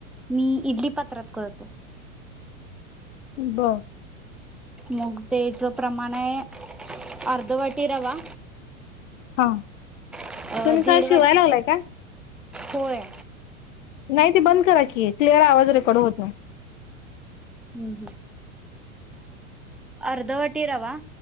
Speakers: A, in the centre; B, on the left (about 65°).
A: मी इडली पात्रात करतो.
B: बर
A: मग त्याच प्रमाण आहे. अर्धवटी रवा
B: हा
A: अ
B: तुम्ही काल
A: दीड
B: शिवाय
A: वाट
B: लावलाय. का
A: होय.
B: नाही ते बंद करा की क्लिअर आवाज रेकॉर्ड होत नाही.
A: हम्म हम्म अर्ध वाटी रवा